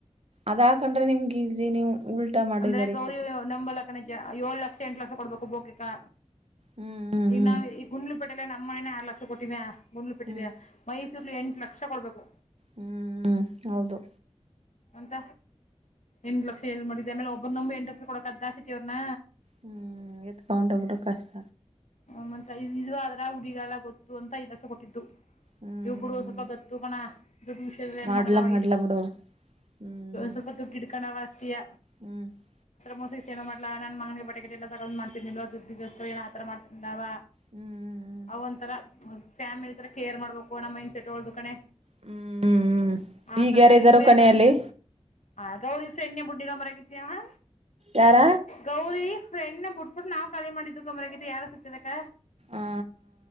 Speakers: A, on the right; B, on the left.
A: ಅದಾಕಂಡ್ರೆ ನಿಮ್ಗೆ ಇಲ್ಲಿ ನೀವು ಉಲ್ಟಾ ಮಾಡಿದಾರೆ
B: ಅಂದ್ರೆ ಗೌರಿ
A: ಈ ಸತಿ
B: ನಂಬಲಕನ ಏಳ ಪಕ್ಷ ಎಂಟ್ ಕ್ಲಾಸ ಕೊಡ್ಬೇಕು ಬೋಗಿಕಾ
A: ಹ್ಮ್ ಹ್ಮ್
B: ಈಗ ನಾವು ಈ ಗುಂಡ್ಲುಪೇಟೆಲ್ಲ ನಮ್ಮ್ ಮನ ಕಲಾಷ್ಟ ಕೊಟ್ಟೀನ್ಯಾಾ ಮುರುಳ್ಳಪಟ್ಟಲೆಯ
A: ಹ್ಮ್ ಹ್ಮ್
B: ಮೈಸೂರುಲ್ಲಿ ಎಂಟು ಲಕ್ಷ ಕಕ್ಷ ಕೊಡ್ಬೇಕು
A: ಹ್ಮ್ ಹೌದು
B: ಅಂತ ಎಂಟು ಲಕ್ಷ ಎಲ್ ಮಾಡಗಿದ ಆಮೇಲೆ ಒಬ್ಬನೊಂಬ ಎಂಟು ಲಕ್ಷ ಕೊಡಕ ಅದ ದಾಸಟಿ ಅವ್ರನ್ನ
A: ಹ್ಮ್ ಎತ್ ಕೌಂಟ ಬಿಟ ಕಷ್ಟ
B: ಹ್ಮ ಮತ್ತ ಇದು ಆದದ್ರ ಹುಡಿಗಲ್ಲ ಗೊತ್ತು ಅಂತ ಇದಸ ಕೊಟ್ಟಿದ್ದು
A: ಹ್ಮ್
B: ಇವುರು ಸ್ವಲ್ಪ ಗತ್ತು ಕಣ ದುಡ್ಡು ವಿಷಯದಲ್ಲಿ ಏನು
A: ಮಾಡ್ಲಾ
B: ಮಾಡಲ್ಲವ.
A: ಮಾಡ್ಲಾ ಬಿಡು ಹ್ಮ್
B: ಸ್ವಲ್ಪ ದುಡ್ಡು ಹಿಡ್ಕೊಂಡವ ಅಷ್ಟ ಅ ಇದೆಯ
A: ಹ್ಮ್ <inaudible> <unintelligible>
B: ಮೋಸ ಏೋ ನನ್ ಮಂಗ ಬಟೆಟ್ ಎಲ್ಲ ತಗೊಂಡ್ತನ ದುಡ್ೋಸ್ ಹಿತ್ರರ ಮಾಡ್ತಿಂದಾವ
A: ಹ್ಮ್
B: ಅವ ಒಂಥರ ಫ್ಯಾಮಿಲಿ ತರ ಕೇರ್ ಮಾಡಬೇಕು ನಮ್ಮ ಮೈ್ಂಡ ಸೆಟ್ೋ್ದು ಕಣೆ
A: ಹ್ಮ್ ಹ್ಮ್
B: ಆತ್ರ
A: ಈಗ ಯಾರ
B: ಇದು
A: ಇದ್ದಾರೋ
B: ಇನ್ಪೇರೆ
A: ಕಣಿಯಲ್ಲಿ
B: ಆ ಗೌರಿ ಸೆಣ್ಣ ಬುಟ್ಟರ ಕೆ <inaudible> <unintelligible>
A: ಯಾರ
B: ಗೌರಿ ‌ಯಣ್ಣ ಬಿಟ್ಬಿಟ್ಟ ನಾವು ಕಾಲಿ ಮಾಡಿದು ಕಮರ ಯಾರು ಸಿುತ್ತತದಕ್ಕ
A: ಆ